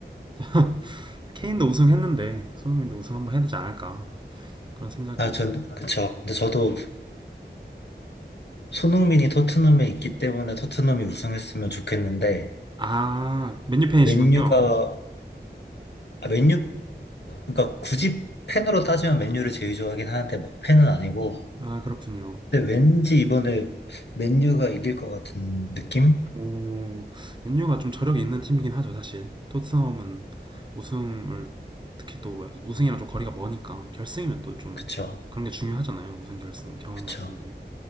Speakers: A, on the right (about 25°); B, on the left (about 65°).
A: <laughs> 케인도 우승했는데 손흥민도 우승 한번 해야 되지 않을까 그런 생각이.
B: 아, 전, 그쵸. 근데 저도 손흥민이 토트넘에 있기 때문에 토트넘이 우승했으면 좋겠는데
A: 아, 맨유 팬이시군요.
B: 맨유가 아, 맨유 그러니까 굳이 팬으로 따지면 맨유를 제일 좋아하긴 하는데 막 팬은 아니고
A: 아, 그렇군요.
B: 근데 왠지 이번에 맨유가 이길 것 같은 느낌?
A: 오, 맨유가 좀 저력이 있는 팀이긴 하죠, 사실. 토트넘은 우승을 특히 또 우승이랑 좀 거리가 머니까 결승이면 또 좀
B: 그쵸
A: 그런 게 중요하잖아요. 우승 결승 경험
B: 그쵸
A: 같은 게.